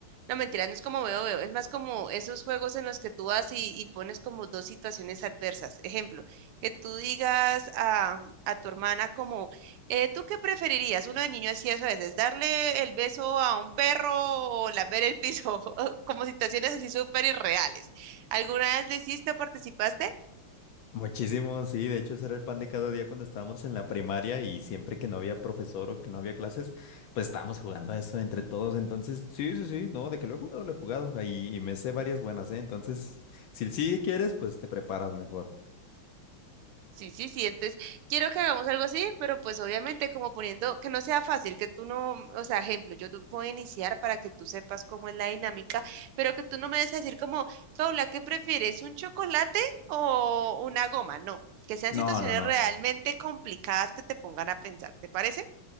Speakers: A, on the right; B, on the left.
A: no, mentira, no es como veo, veo, es más como esos juegos en los que tú vas y, y pones como dos situaciones adversas. Ejemplo, que tú digas a, a tu hermana como, eh, ¿tú qué preferirías? Uno de niño hacía eso a veces, darle el beso a un perro o lamber el piso, <laughs> como situaciones así súper irreales. ¿Alguna vez lo hiciste o participaste?
B: Muchísimo, sí, de hecho ese era el pan de cada día cuando estábamos en la primaria y siempre que no había profesor o que no había clases, pues estábamos jugando eso entre todos. Entonces, sí, sí, sí, no, de que lo he jugado, lo he jugado ahí y me sé varias buenas, ¿eh? Entonces, si sí quieres, pues te preparas mejor.
A: Sí, sí, sí. Entonces, quiero que hagamos algo así, pero pues obviamente como poniendo que no sea fácil, que tú no, o sea, ejemplo, yo te voy a iniciar para que tú sepas cómo es la dinámica, pero que tú no me des a decir como, Paula, ¿qué prefieres? ¿Un chocolate o una goma? No, que sean
B: No,
A: situaciones
B: no, no.
A: realmente complicadas que te pongan a pensar, ¿te parece?